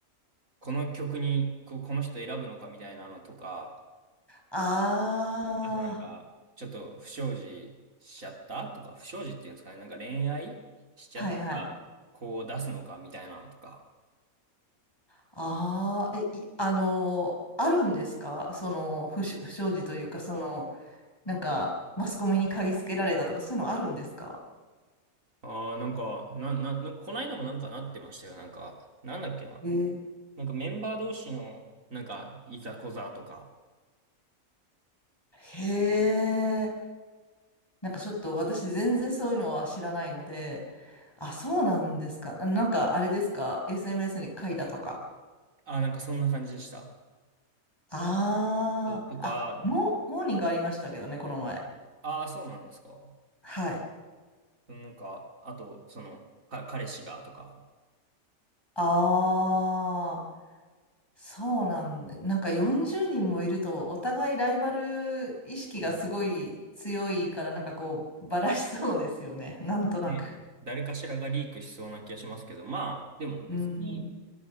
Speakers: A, on the right; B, on the left.
A: この曲にこ、この人選ぶのかみたいなのとか、
B: ああ、
A: あとなんか、ちょっと不祥事しちゃったとか、不祥事っていうんですかね、なんか恋愛しちゃった子を出すのかみたいなのとか。
B: はいはい。ああ、え、い、あのーあるんですかその、不祥、不祥事というか、その、なんか、マスコミに嗅ぎつけられたとか、そういうのあるんですか
A: ああ、なんか、な、な、なんかこの間もなんかなってましたよ。なんか、なんだっけな。
B: えー
A: なんかメンバー同士の、なんか、いざこざとか。
B: へえ。なんかちょっと私全然そういうのは知らないので、あ、そうなんですか。なんかあれですか s m s に書いたとか。
A: ああ、なんかそんな感じでした。
B: ああ、
A: うんとか、
B: あ、モ、モーニングありましたけどね、この前。
A: ああ、そうなんですか。
B: はい。
A: なんか、あと、その、か、彼氏がとか。
B: ああ、そうなんで、なんか40人もいると、お互いライバル意識がすごい強いから、
A: うん
B: なんかこう、ばらしそうですよね、なんとなく。
A: ね、誰かしらがリークしそうな気がしますけど、まあ、でも別に、
B: うん、